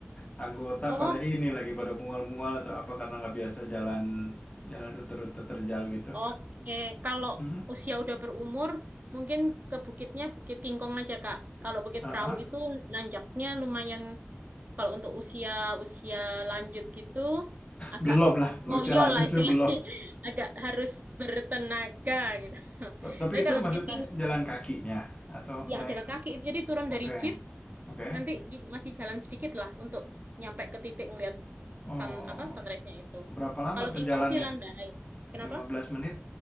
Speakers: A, on the left (about 20°); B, on the right (about 35°).
A: anggota
B: Oh,
A: pada ini lagi pada mual-mual atau apa karena nggak biasa jalan jalan rute-rute terjal gitu.
B: oke. Kalau
A: Mm-mm.
B: usia udah berumur, mungkin ke bukitnya Bukit Kingkong aja, Kak. Kalau Bukit
A: Ah,
B: Perahu
A: ah.
B: itu nanjaknya lumayan kalau untuk usia usia lanjut gitu agak
A: belum lah
B: ngoyo
A: lo usia lanjut
B: lah istilahnya.
A: tuh belum
B: <laughs> Agak harus bertenaga gitu. <laughs>
A: T- tapi
B: Tapi
A: itu
B: kalau
A: maksudnya
B: Bukit King-
A: jalan kakinya atau naik
B: ya jalan kaki jadi turun
A: oke
B: dari jeep
A: oke
B: nanti gi- masih jalan sedikit lah untuk nyampe ke titik ngelihat
A: oh
B: sun apa sunrise-nya itu
A: berapa lama
B: kalau
A: tuh
B: King
A: jalannya
B: Kong sih landai kenapa
A: 15 menit